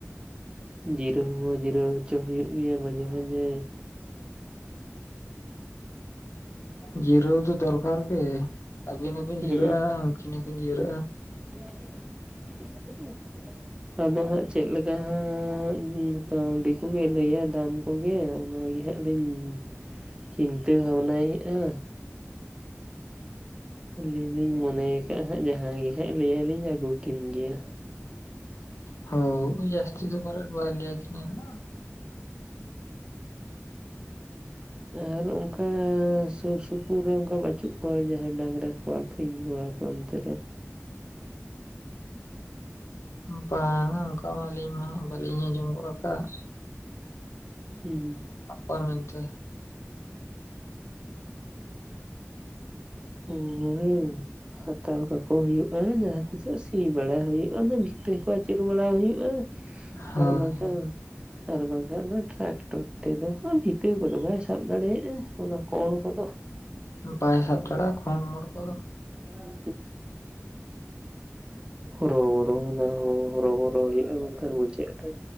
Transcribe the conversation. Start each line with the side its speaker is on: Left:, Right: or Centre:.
Right: ᱡᱤᱨᱟᱹᱣ ᱦᱚᱸ ᱡᱤᱨᱟᱹᱣ ᱦᱚᱪᱚ ᱦᱩᱭᱩᱜ ᱜᱮᱭᱟ ᱢᱟᱡᱷᱮ ᱢᱟᱡᱷᱮ᱾
Left: ᱡᱤᱨᱟᱹᱣ ᱫᱚ ᱫᱚᱨᱠᱟᱨ ᱜᱮ ᱾ ᱟᱹᱵᱤᱱ ᱦᱚᱸᱵᱤᱱ
Right: ᱦᱩᱸ
Left: ᱡᱤᱨᱟᱹᱜᱼᱟ ᱩᱱᱠᱤᱱ ᱦᱚᱸᱠᱤᱱ ᱡᱤᱨᱟᱹᱜᱼᱟ᱾
Right: <inaudible> ᱟᱫᱚ ᱦᱟᱸᱜ ᱪᱮᱫ ᱞᱮᱠᱟ ᱦᱟᱸᱜ ᱠᱟᱹᱣᱰᱤ ᱠᱚᱜᱮ ᱞᱟᱹᱭᱟ ᱫᱟᱢ ᱾ ᱠᱚᱜᱮ ᱚᱱᱟᱜ ᱜᱮ ᱦᱟᱸᱜ ᱞᱤᱧ ᱪᱤᱱᱛᱟᱹ ᱵᱷᱟᱵᱽᱱᱟᱭᱮᱜᱼᱟ᱾ ᱟᱹᱞᱤᱧ ᱞᱤᱧ ᱢᱚᱱᱮᱭ ᱠᱟᱜᱼᱟ ᱦᱟᱸᱜ ᱡᱟᱦᱟᱸ ᱜᱮ ᱦᱟᱸᱜ ᱮᱸ ᱞᱟᱹᱭᱟᱞᱤᱧ ᱟᱹᱜᱩ ᱠᱤᱱ ᱜᱮᱭᱟ᱾
Left: ᱦᱳ ᱡᱟᱹᱥᱛᱤ ᱫᱚ ᱯᱟᱞᱮᱛ ᱵᱟᱭ ᱞᱟᱹᱭ ᱠᱤᱱᱟᱭ ᱦᱟᱸᱜ᱾
Right: ᱟᱨ ᱚᱱᱠᱟ ᱥᱩᱨ ᱥᱩᱯᱩᱨ ᱨᱮ ᱚᱱᱠᱟ ᱵᱟᱹᱪᱩᱜ ᱠᱚᱣᱟ ᱡᱟᱦᱟᱸᱭ ᱰᱟᱝᱨᱟ ᱠᱚ᱾ ᱠᱟ ᱟᱠᱷᱨᱤᱧ ᱠᱚᱣᱟ ᱠᱚ ᱱᱚᱛᱮ ᱨᱮ᱾
Left: ᱵᱟᱝ ᱚᱱᱠᱟ ᱢᱟ ᱟᱹᱞᱤᱧ ᱢᱟ ᱦᱟᱸᱜ ᱵᱟᱹᱞᱤᱧ ᱟᱸᱡᱚᱢ ᱜᱚᱫ ᱟᱠᱟᱜ᱾
Right: ᱦᱮᱸ᱾
Left: ᱟᱯᱟ ᱢᱮᱱᱛᱮ᱾
Right: <unintelligible> ᱦᱟᱛᱟᱣ ᱠᱷᱟᱡ ᱠᱚ ᱦᱩᱭᱩᱜᱼᱟ ᱡᱟᱦᱟᱸ ᱛᱤᱥᱚᱜ ᱥᱤ ᱵᱟᱲᱟ ᱦᱩᱭᱩᱜᱼᱟ ᱟᱫᱚ ᱵᱷᱤᱛᱟᱹ ᱠᱚ ᱟᱹᱪᱩᱨ ᱵᱟᱲᱟ ᱦᱩᱭᱩᱜᱼᱟ᱾ ᱛᱚ
Left: ᱦᱳᱭ
Right: ᱦᱟᱸᱜ ᱵᱟᱝ ᱠᱷᱟᱱ
Left: ᱦᱳᱭ
Right: ᱟᱨ ᱵᱟᱝᱠᱷᱟᱱ ᱚᱱᱟ ᱴᱨᱟᱠᱴᱚᱨ ᱛᱮᱫᱚ ᱦᱟᱸᱜ ᱵᱷᱤᱛᱟᱹ ᱠᱚᱫᱚ ᱵᱟᱭ ᱥᱟᱵ ᱫᱟᱲᱮᱭᱟᱜᱼᱟ ᱚᱱᱟ ᱠᱚᱸᱬ ᱠᱚᱫᱚ᱾
Left: ᱵᱟᱭ ᱥᱟᱵ ᱫᱟᱲᱮᱭᱟᱜ-ᱟ ᱠᱚᱸᱬ-ᱢᱚᱸᱬ ᱠᱚᱫᱚ᱾
Right: ᱦᱩᱸᱜ-ᱩᱸ᱾ ᱦᱚᱨᱚᱵᱚᱨᱚ ᱵᱟᱝ ᱦᱚ-ᱦᱚᱨᱚᱵᱚᱨᱚ ᱦᱩᱭᱩᱜᱼᱟ ᱵᱟᱝᱠᱷᱟᱱ ᱢᱩᱪᱟᱹᱫ ᱨᱮ᱾